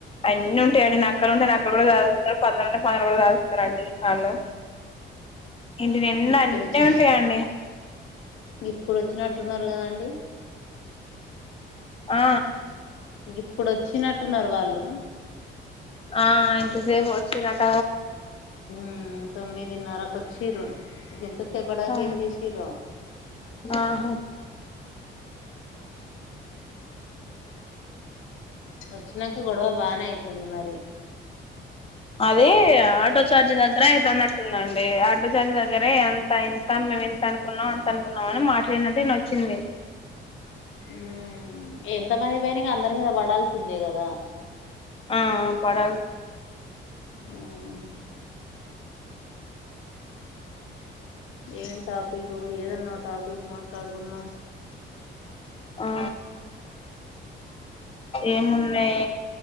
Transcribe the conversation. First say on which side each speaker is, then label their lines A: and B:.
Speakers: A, on the left; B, on the left.
A: అన్ని ఉంటాయియండి నక్కలు ఉంటే నక్కలు కూడా దారుస్తున్నారురు పన్నెంలు ఉంటే పందులు కూడా దారుస్తురండి వాళ్ళు ఇంటి నిండా
B: ఇప్పుడు
A: అన్ని
B: వచ్చి
A: ఉంటాయండి
B: ఇప్పుడు వచ్చినట్టున్నారు కదండి
A: ఆ
B: ఇప్పుడుచ్చినట్టున్నారు వాళ్ళు
A: ఆ ఇంత సేపు వచ్చారట
B: హ తొమ్మిదినరకు వచ్చిరు ఇది ఎంత చేపడానికి
A: ఆ
B: ఏం చేసిరో
A: ఆహా
B: వచ్చినాక గొడవ బానే అయితుంది మరి
A: అ <inaudible> అద ఆటో ఛార్జ్ దగ్గర అయితేన్నట్టుందండి ఆటో ఛార్జ్ దగ్గరే ఎంత ఇంత మే అంత అనుకున్నావు అంత అనుకున్నావు అని మాట్లాడినట్టు వచ్చింది
B: ఉ ఎంత మంది పైన అందరి మీద పడాల్సిందే కదా
A: ఆ పడాలి
B: ఉమ్ ఏం టాపిక్ ఏదన్నా టాపిక్ మాట్లాడుకున్నాం
A: ఆ ఏమున్నాయి